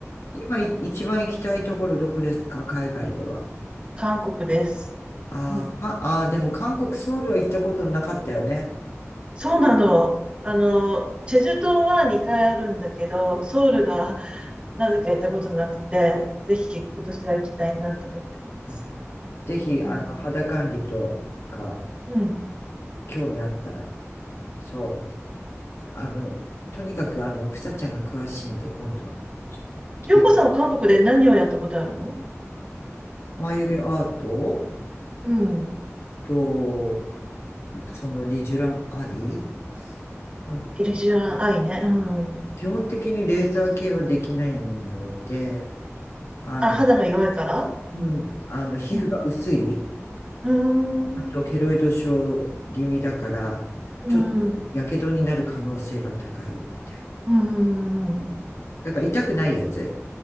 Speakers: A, on the left (about 60°); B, on the right (about 20°).
A: 今い一番行きたいところどこですか海外では。
B: 韓国です。
A: あ、
B: うん
A: か、あ、でも韓国、ソウルは行ったことなかったよね。
B: そうなの。あの、チェジュ島は2回あるんだけど、ソウルがなぜか行ったことなくて、ぜひ今年は行きたいなと思ってます。
A: はいぜひ、あの、
B: うん。
A: 肌管理とか、
B: うん
A: 興味あったら。そう。あの、とにかく、あの、ふさちゃんが詳しいんで、今度は聞い、
B: ヨコさんは韓国で何をやったことあるの
A: 眉毛アート
B: うん。
A: と、そのリジュランアイあ
B: イリジュアンアイね。うん。
A: 基本的にレーザー系はできないので、あの、
B: あ、肌が弱いから
A: うん、あの、皮膚が薄い、
B: うん。
A: あとケロイド症気味だから、
B: うーん。うーん。
A: ちょっとやけどになる可能性が高いみたい。
B: うーん。う
A: だから痛くないやつ